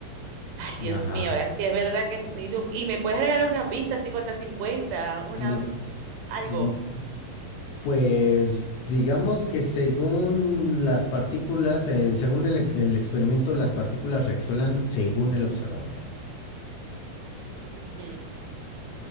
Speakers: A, on the right; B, on the left.
A: Ay, Dios
B: Ajá.
A: mío, ahora sí es verdad que... Y, no- y me puedes regalar una pista cincuenta-cincuenta, una,
B: Mm,
A: algo.
B: mm, Pues digamos que según las partículas, eh, según el, e- el experimento, las partículas reaccionan según el observador.
A: Ujú.